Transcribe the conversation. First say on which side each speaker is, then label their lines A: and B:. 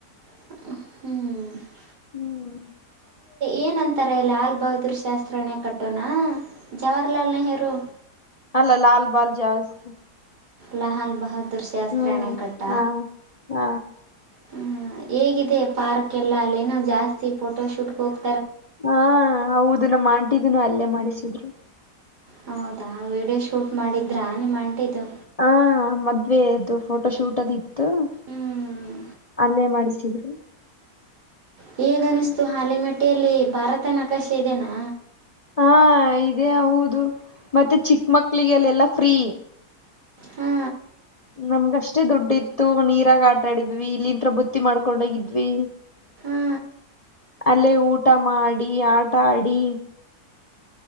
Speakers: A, on the right (about 85°); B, on the left (about 25°).
A: ಹ್ಮ್
B: ಹ್ಮ್
A: ಏನಂತಾರೆ ಲಾಲ್ ಬಹದ್ದೂರ್ ಶಾಸ್ತ್ರನೇ ಕಟ್ಟೋಣ ಜವಾಹರ್ಲಾಲ್ ನೆಹರು
B: ನಲ್ಲ ಲಾಲ್ಬಾಲ್ ಜಾಸ್
A: ಲಹಾಲ್ ಬಹ್ದೂರ್ ಶಾಸ್ತ್ರಣೆ
B: ಹ್ಮ್
A: ಕಟ್ಟ
B: ಹ ಹ
A: ಹ ಹೇಗಿದೆ ಪಾರ್ಕ್ ಎಲ್ಲ ಅಲ್ಲೇನೋ ಜಾಸ್ತಿ ಫೋಟೋ ಶೂಟ್ಗೆ ಹೋಗ್ತ
B: ಹಾ ಹೌದು ನಮ್ಮ ಆಂಟಿದನು ಅಲ್ಲೇ ಮಾಡಿಸಿದ್ರು
A: ಹೌದಾ ವೀಡಿಯೋ ಶೂಟ್ ಮಾಡಿದ್ರ ನಿಮ್ಮ ಅಂಟಿದ್ದು
B: ಹಾ ಮದ್ವೆ ಅದು ಫೋಟೋ ಶೂಟ್ ಅದ ಇತ್ತು
A: ಹ್ಮ್
B: ಅಲ್ಲೇ ಮಾಡಿಸಿದ್ರು
A: ಹೇಗ ಅನಿಸ್ತು ಹಾಲೆಮೆಟ್ಟೆಯಲ್ಲಿ ಭಾರತ ನಕಾಶೆ ಇದೆನಾ
B: ಹಾ ಇದೇ ಹೌದು ಮತ್ತೆ ಚಿಕ್ಕ ಮಕ್ಳಿಗೆಲ್ಲ ಎಲ್ಲಾ ಫ್ರೀ
A: ಹಾ
B: ನಮ್ಗ ಅಷ್ಟೇ ದುಡ್ಡಿ ಇತ್ತು ನೀರಾಗ ಆಟಾಡಿದ್ವಿ ಇಲ್ಲಿಂತ್ರರ ಬುತ್ತಿ ಮಾಡ್ಕೊಂಡೋಗಿದ್ವಿ
A: ಹಾ
B: ಅಲ್ಲೇ ಊಟ ಮಾಡಿ ಆಟಾಡಿ